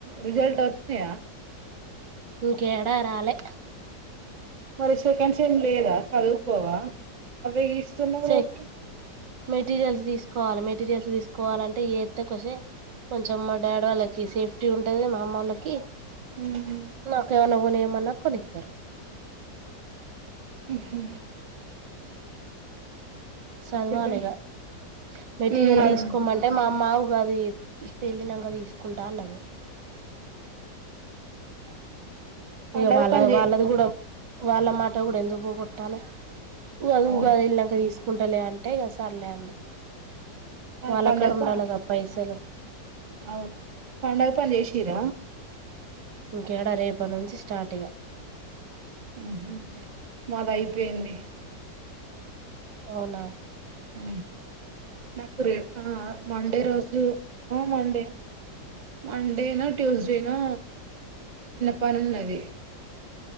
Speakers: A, on the right (about 30°); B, on the right (about 80°).
A: రిజల్ట్ అ చినయా
B: ఇంకేడా రాాలే
A: మరి సెకండ్స్ ఏం లేదా చదుకోవా అ ఇష్ట సున్నా
B: చె
A: రోజు
B: మెటీరియల్స్ తీసుకోవాలి మెటీరియల్స్ తీసుకోవాలంటే ఏస్త కొసే కొంచెం మా డాడీ వాళ్ళకి సేఫ్టీ ఉంటుంది మా అమ్మ వాళ్ళకి
A: ఉహు
B: ఏమైనా కొని ఏమన్నా కొనిత్తారు
A: హు
B: చదవాలిగా
A: సెకండ్
B: మెటీరియల్
A: ఉమ్ అది
B: తీసుకోమంటే మా అమ్మ మా ఉగాది తేలినాక తీసుకుంటా అన్నది అవు
A: పండగ
B: ఇక వాళ్ళ
A: పని చే
B: వాళ్ళది కూడా వాళ్ళ మాట కూడా ఎందుకు పోట్టాలి అ
A: అవును
B: ఉగాది ఏలినాక తీసు ఉండలే అంటే ఇక సర్లే అన్న వాళ్ళక్కడ
A: పండగ
B: ఉండాలిగా
A: ప
B: పైసలు
A: అవును పండగ పని చేసరా
B: ఇకేడా రేపటి నుంచి స్టార్ట్ ఇగ
A: ఉహు మాది అయిపోయింది
B: అవునా
A: హు నాకు రేపు మండే రోజు మండే మండేనా ట్యూస్డేనా చిన్న పని ఉన్నది